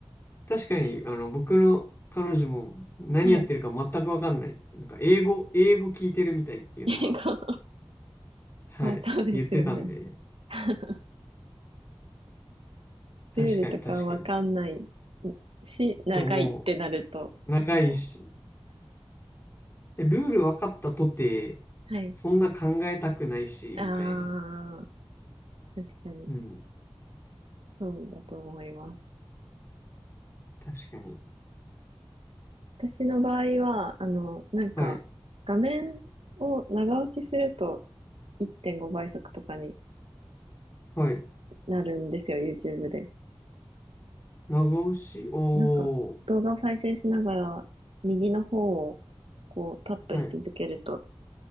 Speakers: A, on the left; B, on the right.
A: 確かに、あの、僕の彼女も何やってるか全くわかんないっていう。
B: ない。はい。
A: なんか、英語、英語聞いてるみたいっていうのは、
B: <laughs> 英語、
A: はい、
B: もうそうですよね。
A: 言ってたんで、
B: <laughs>
A: 確かに確かに。
B: ルールとかわかんないし、長いってなると、
A: と、もう、長いし、
B: もう、
A: でルール分かったとて、
B: はい。
A: そんな考えたくないし、
B: あ
A: みたいな。
B: あ、確かに、
A: うん、
B: そうだと思います。
A: 確かに。
B: 私の場合は、あの、なんか、
A: はい、
B: 画面を長押しすると1.5倍速とかに
A: はい。
B: なるんですよ、YouTube で。
A: 長押し、おー。
B: なんか、動画を再生しながら、右の方を、こう、タップし続けると、
A: はい。